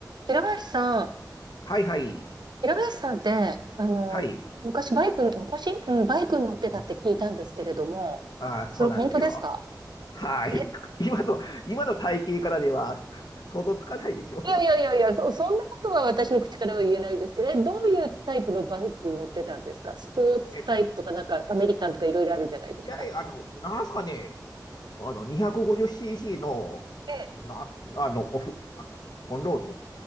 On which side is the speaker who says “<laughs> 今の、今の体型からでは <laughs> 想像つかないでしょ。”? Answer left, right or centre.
Left